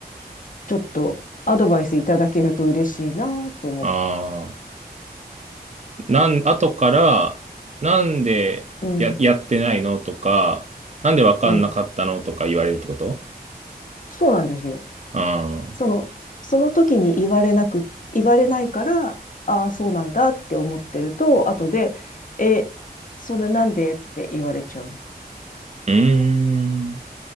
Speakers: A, on the left; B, on the right.
A: ちょっとアドバイスいただけると嬉しいなと思って。
B: ああ、なん、後から、なんでや、
A: うん。
B: やってないのとか、なんでわかんなかったのとか言われるってこと
A: うん。そうなんですよ。
B: うん。
A: その、その時に言われなく、言われないから、ああ、そうなんだって思ってると、後で、え、そんななんでって言われちゃう。
B: うーん。